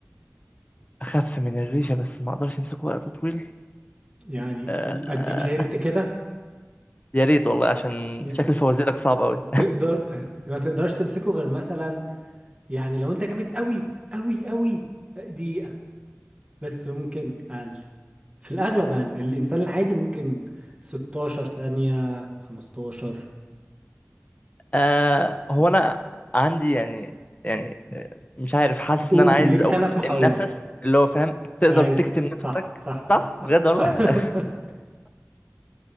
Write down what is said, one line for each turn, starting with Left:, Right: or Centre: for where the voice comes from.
Left: أخف من الريشة بس ما أقدرش أمسكه وقت طويل
Right: يعني
Left: آه
Right: م- اديك
Left: آه،
Right: هنت كده
Left: يا ريت والله عشان
Right: ي-
Left: شكل فوازيرك صعب أوي
Right: تقدر <laughs> ما تقدرش تمسكه غير مثلا يعني لو انت جامد قوي قوي قوي دقيقة بس ممكن اقل في الاغلب اقل الانسان العادي ممكن 16 ثانية 15
Left: آه هو انا عندي يعني يعني آه، مش عارف حاسس
Right: قول
Left: ان انا عايز
Right: ليك
Left: اقول
Right: ثلاث محاولات
Left: النفس اللي هو فاهم تقدر
Right: ايوه
Left: تكتم
Right: صح
Left: نفسك
Right: صح صح
Left: صح
Right: صح
Left: بجد والله
Right: <laughs>